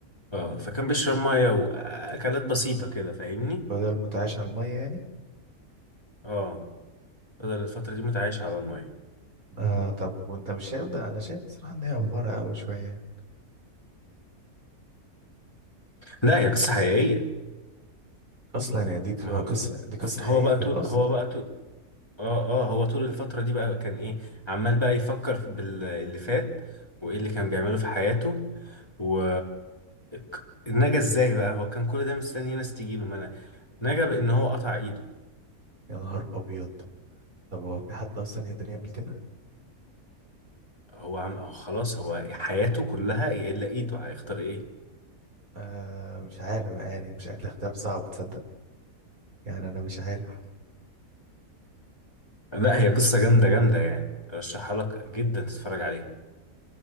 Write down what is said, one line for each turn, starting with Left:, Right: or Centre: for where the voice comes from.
Left: اه فكان بيشرب ميه واكلات بسيطه كده فاهمني
Right: فضل متعايش على الميه يعني
Left: اه فضل الفتره دي متعايش على الميه
Right: آه طب وانت مش شايف ده انا شايف بصراحه ان هي افوره قوي شويه
Left: لا هي قصه حقيقيه
Right: اصلا يعني دي بتبقى
Left: ما هو
Right: قصه دي قصه
Left: هو
Right: حقيقيه
Left: بقى
Right: في
Left: طول
Right: الاصل
Left: هو بقى طول اه اه هو طول الفتره دي بقى كان ايه عمال بقى يفكر في باللي فات وايه اللي كان بيعمله في حياته و ك- نجا ازاي بقى هو كان كل ده مستني ناس تجيله ما أنا- نجا بان هو قطع ايده
Right: يا نهار ابيض طب هو في حد اصلا يقدر يعمل كده
Left: هو عم هو خلاص هو حياته كلها الا ايده هيختار ايه
Right: آه مش عارف يعني مش عارف الاختيار صعب تصدق يعني انا مش عارف
Left: لا هي قصة جامدة جامدة يعني ارشحها لك جدا تتفرج عليها